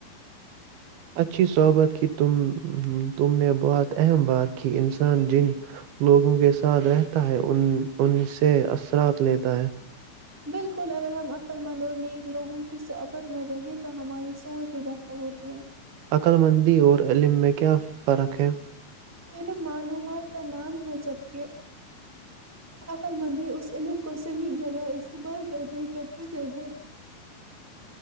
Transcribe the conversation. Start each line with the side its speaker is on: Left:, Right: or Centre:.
Right: اچھی صحابت کی تم نے بہت اہم بات کی انسان جن لوگوں کے ساتھ رہتا ہے ان سے اثرات لیتا ہے
Centre: بالکل اگر ہم عقل مند اور نیک لوگوں کی صحبت میں رہےیں تو ہماری سوچ بھی بہتر ہوتی ہے
Right: عقللمندی اور علم میں کیا فرق ہے
Centre: علم معلومات کا نام ہے جبکہ عقللمندی اس علم کو صحیح جگہ استعمال کرنے کا ہے